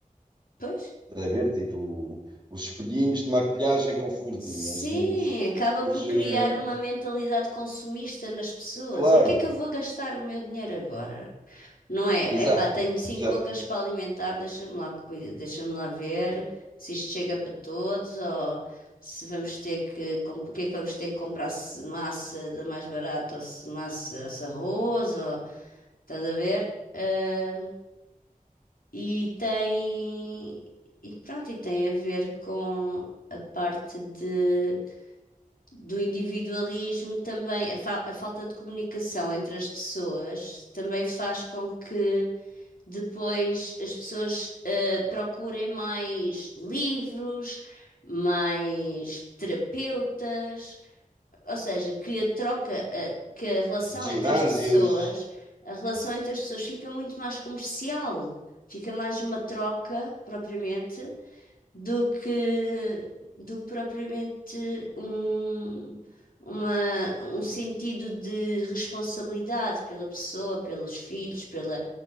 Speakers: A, on the left (about 85°); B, on the right (about 30°).
A: Pois.
B: Estás a ver? Tipo, os espelhinhos de maquilhagem com florzinhas,
A: Sim,
B: os.
A: acaba por
B: os eh,
A: criar uma mentalidade consumista nas pessoas.
B: claro,
A: É que é que eu vou gastar o meu dinheiro agora? Não é?
B: exato.
A: Epá, tenho cinco
B: Já,
A: bocas para alimentar, deixa-me lá, cui- deixa-me lá ver se isto chega para todos ou se vamos ter que, com- o que é que vamos ter que comprar, se massa da mais barata ou se massa, ou se arroz, ou, estás a ver? Ahm, e tem, e pronto, e tem a ver com a parte de, do individualismo também, a, fal- a falta de comunicação entre as pessoas também faz com que depois as pessoas eh, procurem mais livros, mais terapeutas, ou seja, que a troca, eh, que a relação
B: ginásios.
A: entre as pessoas, a relação entre as pessoas fica muito mais comercial, fica mais uma troca propriamente do que do que propriamente um uma- um sentido de responsabilidade pela pessoa, pelos filhos, pela